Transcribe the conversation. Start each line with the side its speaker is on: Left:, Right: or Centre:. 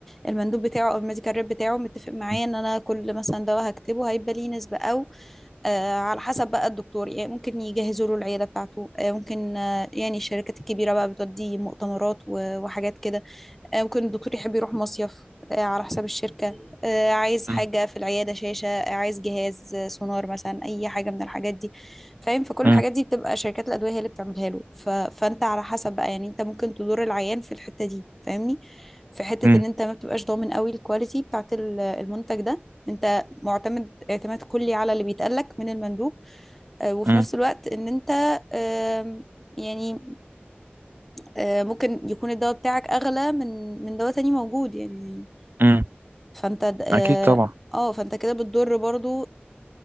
Centre: المندوب بتاعه او الميديكال ريب بتاعه متفق معايا
Right: مم،
Centre: ان انا كل مثلا دواء هكتبه هيبقى ليه نسبة او آه، على حسب بقى الدكتور يعني ممكن يجهزوا له العيادة بتاعته آه، ممكن آه، يعني الشركات الكبيرة بقى بتودي مؤتمرات و- وحاجات كده آه، ممكن الدكتور يحب يروح مصيف آه، على حساب الشركة آه، عايز حاجة
Right: مم،
Centre: في العيادة شاشة آه، عايز جهاز آه، سونار مثلا أي حاجة من الحاجات دي فاهم فكل
Right: مم،
Centre: الحاجات دي بتبقى شركات الأدوية هي اللي بتعملها له ف... فأنت على حسب بقى يعني أنت ممكن تدور العيان في الحتة دي فاهمني في حتة
Right: مم،
Centre: إن أنت ما بتبقاش ضامن قوي الكواليتي بتاعت ال- المنتج ده أنت معتمد اعتماد كلي على اللي بيتقالك من المندوب آه، وفي
Right: مم،
Centre: نفس الوقت إن أنت آم، يعني آه، ممكن يكون الدواء بتاعك اغلى من من دواء تاني موجود يعني
Right: مم.
Centre: فانت د- اه
Right: اكيد طبعا
Centre: آه، فانت كده بتضر برضو